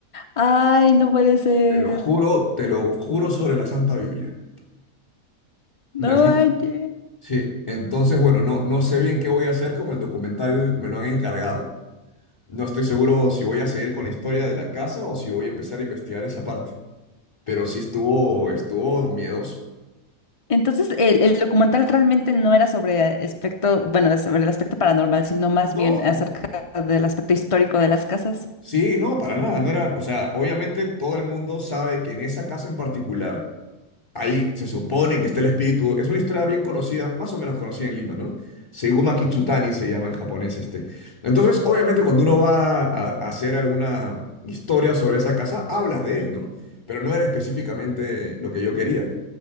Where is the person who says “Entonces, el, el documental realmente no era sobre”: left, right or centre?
Left